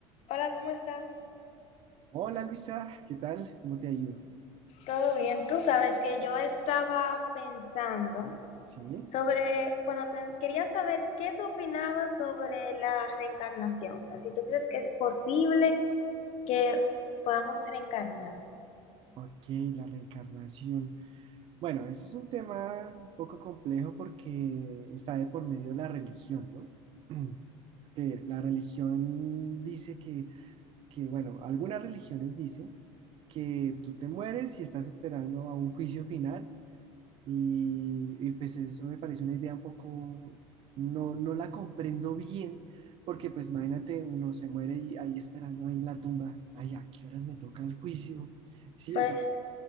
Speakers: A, on the left; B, on the right.
A: Hola, ¿cómo estás?
B: Hola Luisa, ¿qué tal? ¿Cómo te ha ido?
A: Todo bien. Tú sabes que yo estaba pensando
B: Sí,
A: sobre, bueno, te- quería saber qué tú opinabas sobre la reencarnación. O sea, si tú crees que es posible que podamos reencarnar.
B: ok, la reencarnación. Bueno, ese es un tema un poco complejo porque está de por medio la religión, ¿no? <clears throat> Que la religión dice que, que, bueno, algunas religiones dicen que tú te mueres y estás esperando a un juicio final Y, y, pues eso me parece una idea un poco, no, no la comprendo bien, porque pues imagínate, uno se muere y ahí esperando ahí en la tumba, ay, ¿a qué horas me toca el juicio? Sí,
A: Pues,
B: o sea,